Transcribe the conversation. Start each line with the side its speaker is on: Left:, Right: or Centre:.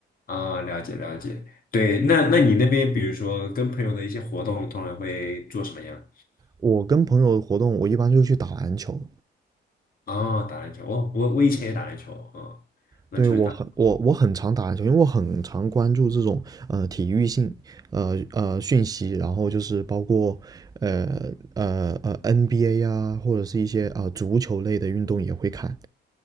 Left: 啊，了解了解。对，那那你那边，比如说跟朋友的一些活动，通常会做什么样？
Right: 我跟朋友活动，我一般就去打篮球。
Left: 哦，打篮球。哦，我我以前也打篮球，嗯，篮球也打。
Right: 对，我很我我很常打篮球，因为我很常关注这种呃体育性呃呃讯息，然后就是包括呃呃呃 NBA 啊，或者是一些啊、呃足球类的运动也会看。